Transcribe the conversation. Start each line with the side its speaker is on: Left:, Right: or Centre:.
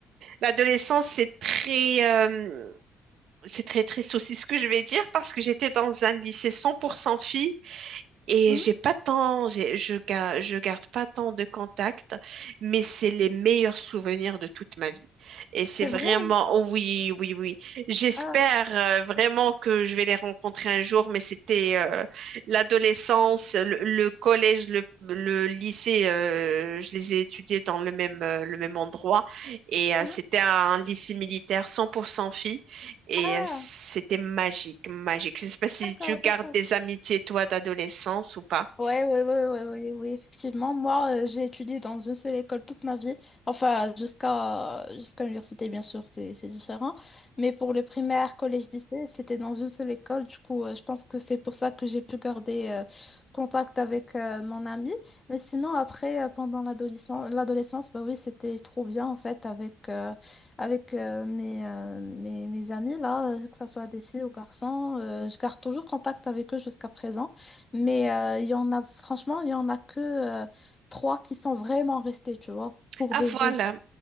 Right: L'adolescence c'est très euh, c'est très triste aussi ce que je vais dire parce que j'étais dans un lycée 100% filles et
Left: Mhm,
Right: j'ai pas tant, j'ai- je, ga- je garde pas tant de contacts, mais c'est les meilleurs souvenirs de toute ma vie. Et c'est
Left: c'est
Right: vraiment,
Left: vrai.
Right: oh oui, oui, oui. J'espère
Left: Ah,
Right: euh, vraiment que je vais les rencontrer un jour, mais c'était euh, l'adolescence, le, le collège, le, le lycée, euh, je les ai étudiés dans le même, euh, le même endroit et euh,
Left: ah,
Right: c'était un lycée militaire 100% filles. Et
Left: ah,
Right: euh, c'était magique, magique. Je ne sais pas si
Left: d'accord,
Right: tu gardes
Left: d'accord.
Right: des amitiés, toi, d'adolescence ou pas.
Left: Ouais, ouais, ouais, ouais, ouais, oui, effectivement. Moi, euh, j'ai étudié dans une seule école toute ma vie. Enfin, jusqu'à jusqu'à l'université, bien sûr, c'est c'est différent. Mais pour le primaire, collège, lycée, c'était dans une seule école. Du coup, euh, je pense que c'est pour ça que j'ai pu garder euh, contact avec euh, mon ami. Mais sinon, après, euh, pendant l'adolescence, l'adolescence, bah oui, c'était trop bien en fait avec euh, avec euh, mes, euh, mes mes amis là, euh, que ce soit des filles ou garçons. euh, je garde toujours contact avec eux jusqu'à présent. Mais euh, il y en a, franchement, il y en a que euh, trois qui sont vraiment restés, tu vois, pour
Right: Ah,
Left: de
Right: voilà.
Left: vrai.